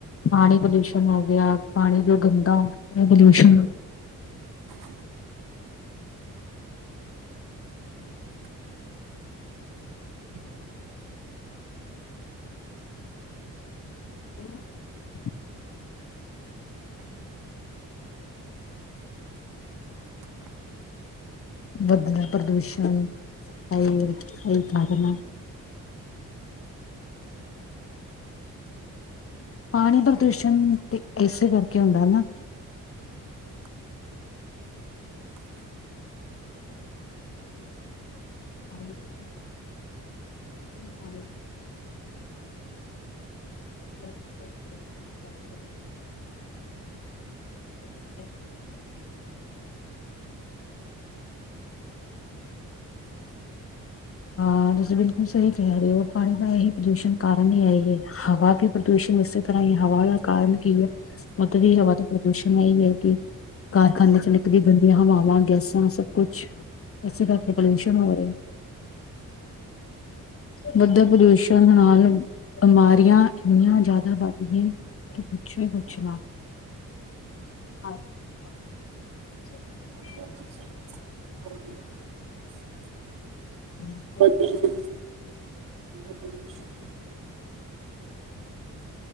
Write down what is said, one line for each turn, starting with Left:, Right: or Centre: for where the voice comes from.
Left: ਪਾਣੀ ਪੋਲਿਊਸ਼ਨ ਹੋ ਗਿਆ। ਪਾਣੀ ਜੋ ਗੰਦਾ ਪੋਲਿਊਸ਼ਨ <unintelligible> ਵੱਧਦਾ ਪ੍ਰਦੂਸ਼ਣ ਐਈ ਐ ਈ ਕਾਰਨ ਐ। ਪਾਣੀ ਪ੍ਰਦੂਸ਼ਣ ਤੇ ਏਸੇ ਕਰਕੇ ਹੁੰਦਾ ਨਾ। <unintelligible> <inaudible> <unintelligible> ਹਾਂ ਤੁਸੀ ਬਿਲਕੁਲ ਸਹੀ ਕਹਿ ਰਹੇ ਓ ਪਾਣੀ ਦਾ ਇਹੀ ਪੋਲਊਸ਼ਨਣ ਕਾਰਨ ਹੀ ਐਈ ਏ। ਹਵਾ ਵੀ ਪ੍ਰਦੂਸ਼ਣ ਇਸੇ ਤਰ੍ਹਾਂ ਹੀ ਹਵਾ ਦਾ ਕਾਰਨ ਕੀ ਐ? ਉੱਧ ਦੀ ਹਵਾ ਤਾਂ ਪ੍ਰਦੂਸ਼ਣ ਇਹੀ ਹੈ ਕਿ ਕਾਰਖਾਨੇ ਚ ਨਿਕਲੀ ਗੰਦੀਆਂ ਹਵਾਵਾਂ ਗੈਸਾਂ ਸਭ ਕੁਛ ਇਸੇ ਕਰਕੇ ਪੋਲਿਊਸ਼ਨ ਹੋ ਰਹੇ। ਵੱਧਧੇ ਪ੍ਰਦੂਸ਼ਣ ਨਾਲ ਬਿਮਾਰੀਆਂ ਇੰਨੀਆਂ ਜ਼ਿਆਦਾ ਵੱਧ ਗ ਇਆ। ਕਿ ਪੁੱਛੋ ਹੀ ਕੁੱਛ ਨਾ। <unintelligible>
Right: <inaudible>
Left: <inaudible>
Right: <unintelligible> <inaudible>